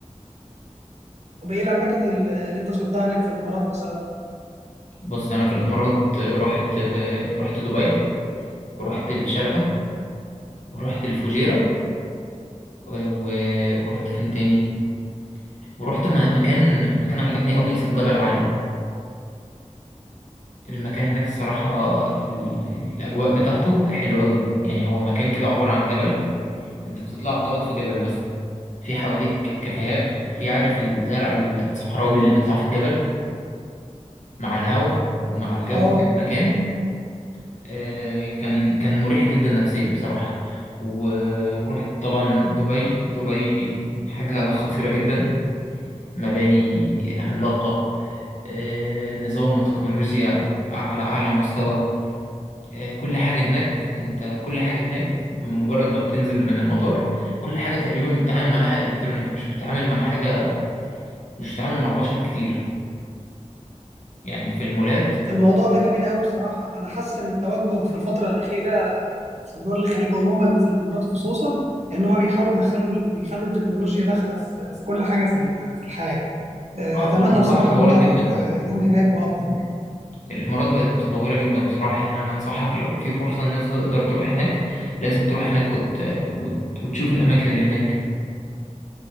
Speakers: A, on the right; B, on the left.
A: طب إيه الأماكن ال- اللي أنت زرتها هناك في الإمارات مثلا؟
B: بص أنا في الإمارات آه، رحت آه، رحت دبي ورحت الشارقة ورحت الفجيرة و- و- ورحت فين تاني ورحت م- مكان مكان عجبني قوي اسمه جبل علي المكان هناك الصراحة ال- الأجواء بتاعته حلوة قوي يعني هو مكان كده عبارة عن جبل أنت بتطلع بتقعد في جبل بس في حواليك كافيهات وفي عارف الزرع الصحراوي اللي بيطلع في الجبل مع الهواء ومع الجو
A: آه
B: بتاع المكان آه، كان كان مريح جدا نفسيا بصراحة و- ورحت طبعا دبي دبي حاجة خطيرة جدا مباني عملاقة آه، نظام وتكنولوجيا على أعلى مستوى آه، كل حاجة هناك انت كل حاجة هناك مجرد ما بتنزل من المطار كل حاجة تقريبا بتتعامل معاها الكترونيك مش بتتعامل مع حاجة مش بتتعامل مع بشر كتير يعني في المولات
A: الموضوع ده جميل قوي بصراحة أنا حاسس إن التوجه في الفترة الأخيرة في دول الخليج عموما وفي الإمارات خصوصا إن هم بيحاولوا يدخلوا بيخلوا التكنولوجيا داخلة في في كل حاجة في ال- في الحياة آه،
B: اه
A: اتمنى
B: الامارات
A: بصراحه
B: تطورت
A: ان انا
B: جدا
A: اروح آه، يوم هناك واقضي هناك
B: الامارات بقت متطوره جدا بصراحه يعني انا انصحك لو في فرصه ان انت تقدر تروح هناك لازم تروح هناك وت... وت... وتشوف الاماكن اللي هناك